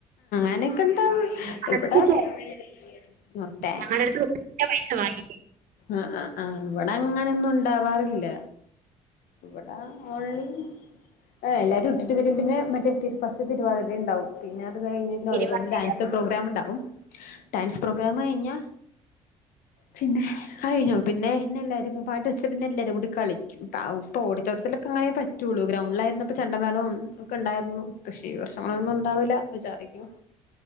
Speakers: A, on the left; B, on the right.
A: ആനക്ക് ഇണ്ടാകും
B: അതൊക്കെ
A: ഇപടെ മ മുർട്ടേ
B: ഞങ്ങളുടെ അടുത്ത് ഒറ്റ പൈസ വാങ്ങി
A: ആഹ് ആഹ് ആഹ് ഇവടെ അങ്ങനൊന്നുണ്ടാവാറില്ല. ഇവടാ ഓൺലി ആഹ് എല്ലാരും ഇട്ടിട്ട് വരും പിന്നെ മറ്റേ തി ഫസ്റ്റ് തിരുവാതിരണ്ടാവും പിന്നെ അത് കഴിഞ്ഞ് പിന്നെ
B: തിരുവാതിര
A: ഓരോര്ത്തരു ഡാ സ് പ്രോഗ്രാമ്ണ്ടാവും ഡാൻസ് പ്രോഗ്രാമ് കഴിഞ്ഞാ പിന്നെ അഴിഞ്ഞു പിന്നെ ന്നെല്ലാരുംകു പാട്ട് വെച്ച് പിന്നെ എല്ലരുകൂടി കളിക്കും ഔ പ്പൊ ഓഡിറ്റോറിയത്തിലൊക്കെങ്ങനെ പറ്റൊള്ളൂ ഗ്രൗണ്ടിലായിരുന്നപ്പൊ ചണ്ടമേളോം ക്കെണ്ടായിര്ന്നു പക്ഷേ ഈ വർഷങ്ങളൊന്നുണ്ടാവില്ല വിചാരിക്കുന്നു